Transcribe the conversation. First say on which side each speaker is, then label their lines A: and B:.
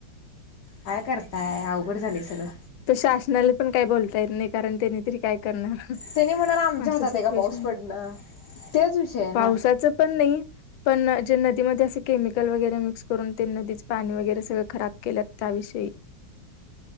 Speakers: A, on the left; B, on the left.
A: काय करताय अवघड झालेय सगळं
B: त शासनाला पण काही बोलता येत नाही कारण त्यांनी तरी काय करणार
A: त्यानी म्हणाला आमच्या
B: असं
A: हातात
B: सिच्युएशनला
A: आहे का पाऊस पडणं तेच विषय आहे ना
B: पावसाच पण नाही पण जे नदी नदीमध्ये असे केमिकल वगैरे मिक्स करून ते नदीच पाणी वगैरे सगळं खराब केलं त्याविषयी <inaudible>